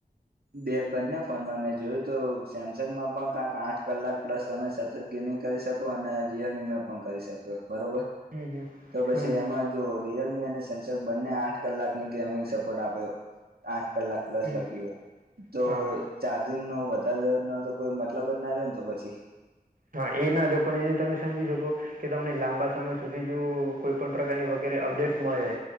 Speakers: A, on the right; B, on the right.
A: બે બંને ફોનમાં મેં જોયું તો સેમસંગમાં પણ કંક આઠ કલાક પ્લસ તમે ગેમિંગ કરી શકો અને રિયલમીમાં પણ કરી શકો બરોબર,
B: હમ હમ
A: તો પછી
B: હમ હમ
A: એમાં તો રિયલમી અને સેમસંગ બંને આઠ કલાકની ગેમિંગ સપોર્ટ આપ્યો. આઠ કલાક પ્લસ
B: હમ
A: લખ્યું. તો
B: હા હા
A: ચાર્જિંગ નો વધારે ન તો કોઈ મતલબ જ ના રહે ને તો પછી.
B: હા એ ના હતો્યો પણ એ તમે સમજી શકો. કે તમને લાંબા સમય સુધી જો કોઈ પણ પ્રકારની વગેરે અપડેટ્સ મળે.